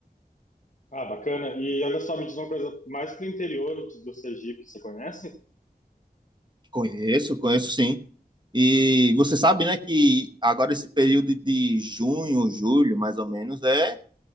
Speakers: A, on the left (about 50°); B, on the right (about 30°).
A: Ah, bacana. E olha só, me diz uma coisa, mais pro interior de- do Sergipe, você conhece?
B: Conheço, conheço sim. E você sabe, né, que agora esse período de junho, julho, mais ou menos, é